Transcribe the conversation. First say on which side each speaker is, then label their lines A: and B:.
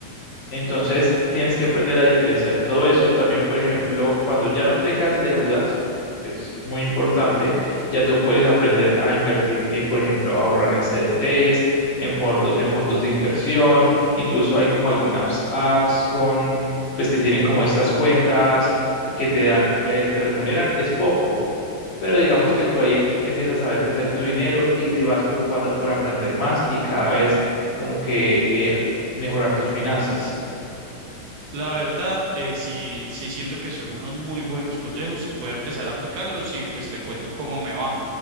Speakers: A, on the left (about 45°); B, on the right (about 65°).
A: entonces, tienes que aprender a diferenciar todo eso. También, por ejemplo, cuando ya no tengas deudas, que es muy importante, ya tú puedes aprender a invertir en, por ejemplo, ahorrar en CDTs, en, fordo- en fondos de inversión. Incluso hay como algunas apps con, pues, que tienen como estas cuentas que te dan, eh, te remuneran. Es poco, pero digamos que tú ahí em- empiezas a ver qué hacer tu dinero y te vas preocupando por aprender más y cada vez como que eh, mejorar tus finanzas.
B: La verdad, eh, sí, sí siento que son unos muy buenos consejos, voy a empezar a aplicarlos y pues te cuento cómo me va.